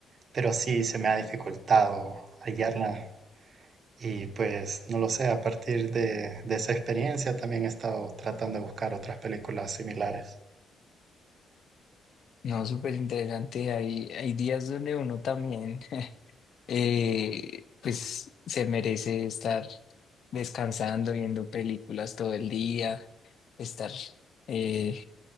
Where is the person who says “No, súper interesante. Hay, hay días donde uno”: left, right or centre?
Left